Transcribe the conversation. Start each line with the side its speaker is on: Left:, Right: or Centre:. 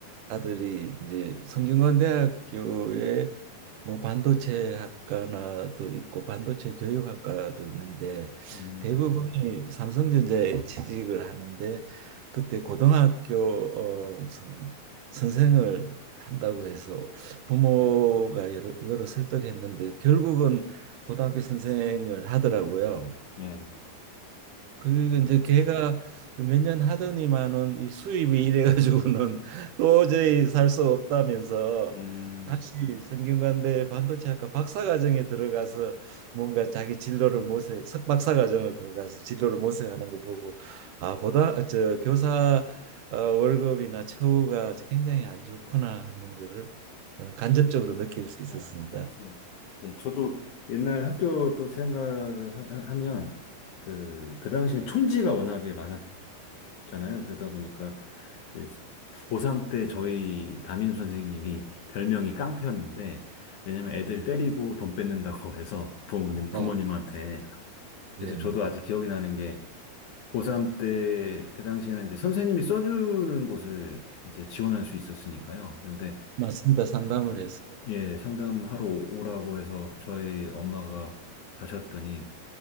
Right: 아들이 이제 성균관대학교에 뭐 반도체 학과나도 있고 반도체 교육학과도 있는데
Left: 음,
Right: 대부분이 삼성전자에 취직을 하는데 그때 고등학교 어 무슨 선생을 한다고 해서 부모가 여러, 여러 설득했는데 결국은 고등학교 선생을 하더라고요.
Left: 예,
Right: 그리고
Left: 어,
Right: 이제 걔가 몇 년 하더니만은 이 수입이 이래 가지고는 <laughs> 도저히 살 수 없다면서
Left: 음,
Right: 다시 성균관대 반도체학과 박사과정에 들어가서 뭔가 자기 진로를 모색 석박사과정을 들어가서 진로를 모색하는 거 보고 아 고다 저 교사 어, 월급이나 처우가 굉장히 안 좋구나 하는 거를 어, 간접적으로 느낄 수 있었습니다.
Left: 아, 맞습니다. 예, 저도 옛날 학교 또 생각을 하, 면 그, 그 당시에 촌지가 워낙에 많았, 잖아요. 그러다 보니까 이제 고3 때 저희 담임 선생님이 별명이 깡패였는데 왜냐면 애들
Right: 네.
Left: 때리고 돈 뺏는다고 <laughs> 해서 부모님 부모님한테
Right: 어,
Left: 그래서
Right: 예.
Left: 저도 아직 기억이 나는 게 고3 때 그 당시에는 이제 선생님이 써주는 곳을 이제 지원할 수 있었으니까요. 그런데
Right: 맞습니다. 상담을
Left: 그
Right: 해서
Left: 예, 상담하러 오라고 해서 저희 엄마가 가셨더니